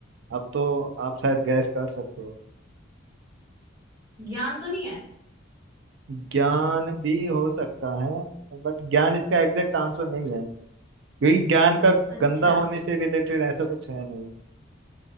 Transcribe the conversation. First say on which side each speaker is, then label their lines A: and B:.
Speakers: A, on the right (about 65°); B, on the right (about 20°).
A: अब तो आप शायद गैस कर सकते हो
B: ज्ञान तो नहीं है
A: ज्ञान भी हो सकता है बट ज्ञान इसका एग्जैक्ट आंसर नहीं है क्योंकि ज्ञान का
B: अच्छा
A: गंदा होने से रिलेटेड ऐसा कुछ है नहीं